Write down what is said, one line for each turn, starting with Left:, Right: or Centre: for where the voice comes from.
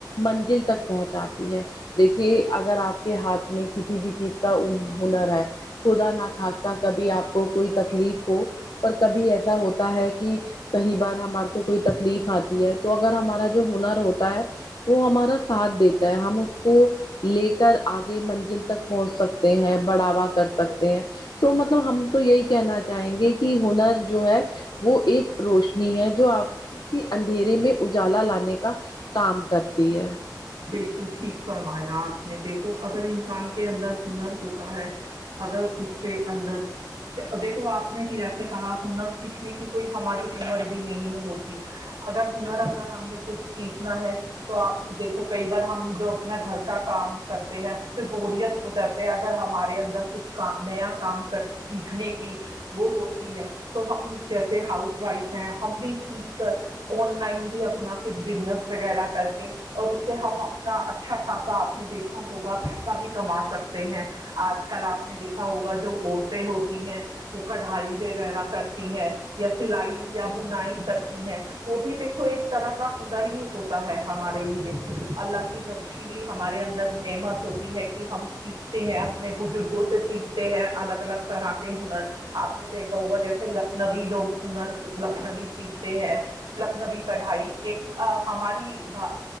Left: منزل تک پہنچاتی ہے دیکھیے اگر آپ کے ہاتھ میں کسی بھی چیز کا ہنر ہے خدا نہ خاستہ کبھی آپ کو کوئی تکلیف ہو پر کبھی ایسا ہوتا ہے کی کئی بار ہمارے کو کوئی تکلیف آتی ہے تو اگر ہمارا جو ہنر ہوتا ہے وہ ہمارا ساتھ دیتا ہے ہم اس کو یہ کر آگ منزل تک پہنچ سکتے ہیں بڑھاوا کر سکتے ہیں تو مطلب ہم تو یہی کہنا چاہیں گے کی ہنر جو ہے وہ ایک روشنی ہے جو آپ کی اندھیرے میں اجالا لانے کا کام کرتی ہے
Right: بالکل ٹھیک فرمایا آپ نے دیکھو اگر انسان کے اندر ہنر ہوتا ہے اگر اس کے اندر دیکھو آپ نے کہ جیسے کہا ہنر سیکھنے کی کوئی ہماری عمر بھی نہیں ہوتی اگر ہنر اگر ہم نے کچھ سیکھنا ہے تو آپ دیکھو کئی بار ہم جو اپنا گھر کا کام کرتے ہیں اس سے بوریت ہو جاتے ہیں اگر ہمارے اندر کچھ کا نیا کام کر سیکھنے کی وہ ہوتی ہے تو ہم جیسے ہاؤس وائف ہیں ہم بھی سیکھ کر آن لائن بھی اپنا کچھ بزنس وغیرہ کر کے اور اس سے ہم اپنا اچھا خاصا آپ نے دیکھا ہوگا پیسہ بھی کما سکتے ہیں آج کل آپ نے دیکھا ہوگا جو عورتیں ہوتی ہیں وہ کڑھائی وغیرہ کرتی ہیں یا سلائی یا بنائی کرتی ہیں وہ بھی دیکھو ایک طرح کا ہنر ہی ہوتا ہے ہمارے لیے اللہ کی ب سی بھی ہمارے اندر نعمت ہوتی ہے کی ہم سیکھتے ہیں اپنے بزرگوں سے سیکھتے ہیں الگ الگ طرح کے ہنر آپ نے دیکھا ہوگا جیسے لکھنوی لوگ ہنر لکھنوی سیکھتے ہیں لکھنوی کڑھائی ایک ہماری بہا